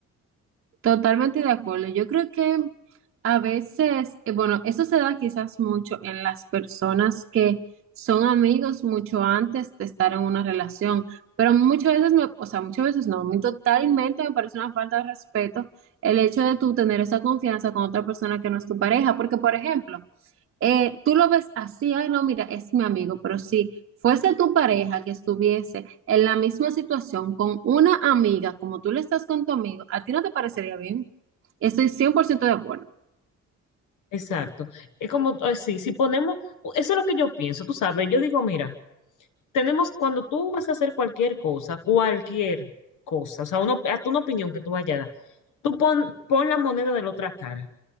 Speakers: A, on the right; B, on the left.
A: Totalmente de acuerdo. Yo creo que a veces, eh, bueno, eso se da quizás mucho en las personas que son amigos mucho antes de estar en una relación, pero muchas veces, me, o sea, muchas veces no, a mí totalmente me parece una falta de respeto el hecho de tú tener esa confianza con otra persona que no es tu pareja, porque por ejemplo, eh, tú lo ves así, ay, no, mira, es mi amigo, pero si fuese tu pareja que estuviese en la misma situación con una amiga, como tú le estás con tu amigo, a ti no te parecería bien. Estoy 100% de acuerdo.
B: Exacto. Es como, eh, sí, si ponemos, eso es lo que yo pienso, tú sabes, yo digo, mira, tenemos, cuando tú vas a hacer cualquier cosa, cualquier cosa, o sea, uno, hasta una opinión que tú vayas a dar, tú pon, pon la moneda de la otra cara.